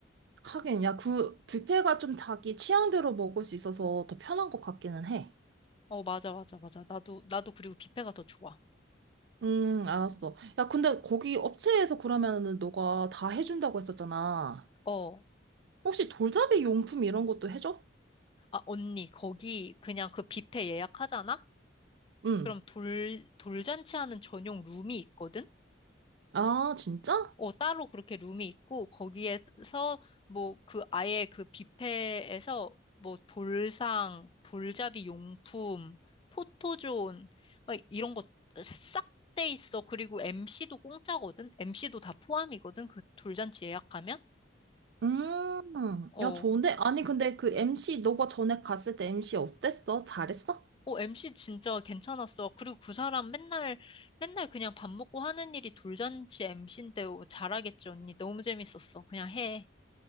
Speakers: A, on the right; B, on the left.
A: 하긴, 야, 그 뷔페가 좀 자기 취향대로 먹을 수 있어서 더 편한 것 같기는 해.
B: 어, 맞아, 맞아, 맞아. 나도, 나도 그리고 뷔페가 더 좋아.
A: 음, 알았어. 야, 근데 거기 업체에서 그러면은 너가 다 해준다고 했었잖아.
B: 어.
A: 혹시 돌잡이 용품 이런 것도 해줘?
B: 아, 언니, 거기 그냥 그 뷔페 예약하잖아?
A: 응.
B: 그럼 돌, 돌잔치 하는 전용 룸이 있거든?
A: 아, 진짜?
B: 어, 따로 그렇게 룸이 있고, 거기에서 뭐 그 아예 그 뷔페에서 뭐 돌상, 돌잡이 용품, 포토존, 막 이런 거 싹 돼 있어. 그리고 MC도 공짜거든? MC도 다 포함이거든? 그 돌잔치 예약하면?
A: 음,
B: 어,
A: 야, 좋은데? 아니, 근데 그 MC, 너가 전에 갔을 때 MC 어땠어? 잘했어?
B: 어, MC 진짜 괜찮았어. 그리고 그 사람 맨날, 맨날 그냥 밥 먹고 하는 일이 돌잔치 MC인데 잘하겠지, 언니. 너무 재밌었어. 그냥 해.